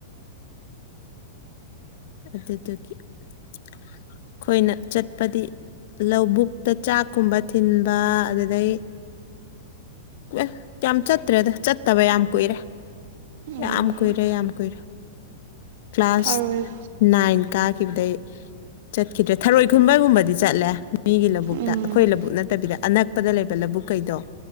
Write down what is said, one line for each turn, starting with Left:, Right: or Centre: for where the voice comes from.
Left: ꯑꯗꯨꯗꯨꯒꯤ ꯑꯩꯈꯣꯏꯅ ꯆꯠꯄꯗꯤ ꯂꯧꯕꯨꯛꯇ ꯆꯥꯛꯀꯨꯝꯕ ꯊꯤꯟꯕ ꯑꯗꯨꯗꯩ ꯑꯦꯁ ꯌꯥꯝ ꯆꯠꯇ꯭ꯔꯦꯗ ꯆꯠꯇꯕ ꯌꯥꯝ ꯀꯨꯏꯔꯦ
Right: ꯎꯝ
Left: ꯌꯥꯝ ꯀꯣꯏꯔꯦ ꯌꯥꯝ ꯀꯣꯏꯔꯦ ꯀ꯭ꯂꯥꯁ
Right: ꯊꯔꯣꯏ
Left: ꯅꯥꯏꯅ ꯀꯥꯈꯤꯕꯗ ꯆꯠꯈꯤꯗ꯭ꯔꯦ ꯊꯔꯣꯏ ꯈꯨꯟꯕꯒꯨꯝꯕꯗꯤ ꯆꯠꯂꯦ ꯃꯤꯒꯤ ꯂꯧꯕꯨꯛꯇ
Right: ꯎꯝ
Left: ꯑꯩꯈꯣꯏ ꯂꯧꯕꯨꯛ ꯅꯠꯇꯕꯤꯗ ꯑꯅꯛꯄꯗ ꯂꯩꯕ ꯂꯧꯕ ꯕꯨ ꯀꯩꯗꯣ